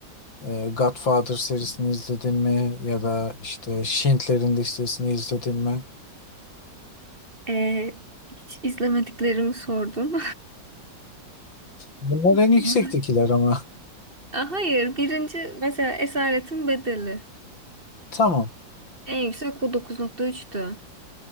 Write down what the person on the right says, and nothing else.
Ee, hiç izlemediklerimi sordum.
<laughs>
Hayır, birinci mesela Esaretin Bedeli.
En yüksek o 9.3'tü.